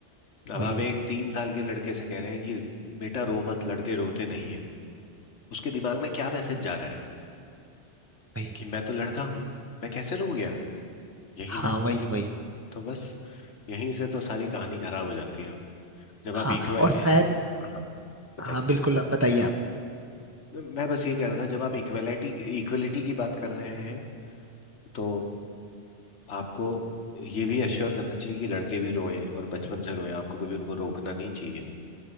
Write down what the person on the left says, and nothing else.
अब
आप एक तीन साल के लड़के से कह रहे हैं कि बेटा रो मत लड़के रोते नहीं है उसके दिमाग में क्या मैसेज जा रहा है
कि मैं तो लड़का हूँ मैं कैसे रो गया यही ना
तो बस यहीं से तो सारी कहानी खराब हो जाती है जब
आप इक्वे
हाँ बताइए
मैं बस ये कह रहा था जब आप इक्वेलिटी इक्वेलिटी की बात कर रहे हैं तो आपको ये भी अश्योर करना चाहिए कि लड़के भी रोएं और बचपन से रोएं आपको कभी उनको रोकना नहीं चाहिए